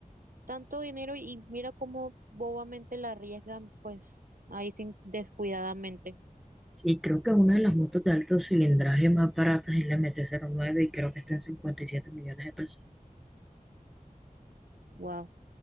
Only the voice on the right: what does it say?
tanto dinero y mira cómo bobamente la arriesgan, pues ahí sin descuidadamente.
Wow,